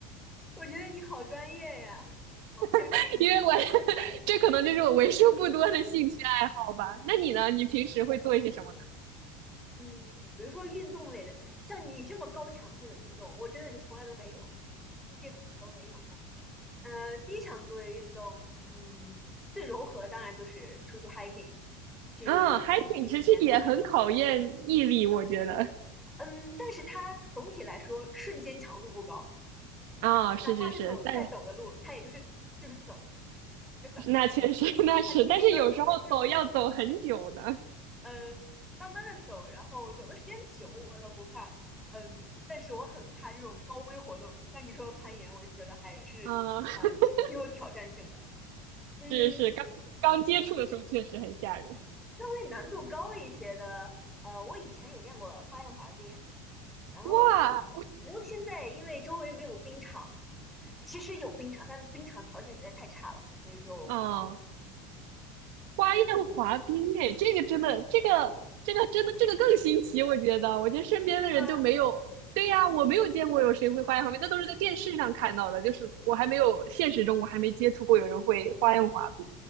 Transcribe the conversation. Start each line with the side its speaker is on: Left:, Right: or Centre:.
Centre: 我觉得你好专业呀，好佩服你。
Right: <laughs> 因为我 <laughs> 这可能就是我为数不多的兴趣爱好吧。那你呢？你平时会做一些什么呢？
Centre: 嗯，比如说运动类的，像你这么高强度的运动，我真的是从来都没有，这辈子都没有过。呃，低强度的运动，嗯，最柔和当然就是出去 hiking，去山区里面走一走。
Right: 啊 h i k i n g 其实也很考验毅力，我觉得。
Centre: 嗯，但是它总体来说瞬间强度不高嘛，
Right: 啊，是是是，
Centre: 哪怕是走再陡的路，
Right: 但
Centre: 它也就是就是走，对吧？
Right: 那确实 <laughs> 那是，
Centre: 它体力要求还是没有那么高。
Right: 但是有时候走要走很久呢。
Centre: 嗯，慢慢的走，然后走的时间久我倒不怕，嗯，但是我很怕这种高危活动，像你说的攀岩，我就觉得还是呃挺挺有挑战性的，
Right: 啊，<laughs>
Centre: 嗯，
Right: 是是，刚刚接触的时候确实很吓人。
Centre: 稍微难度高一些的，呃，我以前有练过花样滑冰，然后
Right: 哇，
Centre: 然后现在因为周围没有冰场，其实有冰场，但冰场条件实在太差了，所以就荒
Right: 啊，花样滑冰，哎，这个真的，这个这个真的，这个更新奇，我觉得，我觉得身边的人就没有。
Centre: 废是吗？
Right: 对呀，我没有见过有谁会花样滑冰，那都是在电视上看到的，就是我还没有现实中我还没接触过有人会花样滑冰。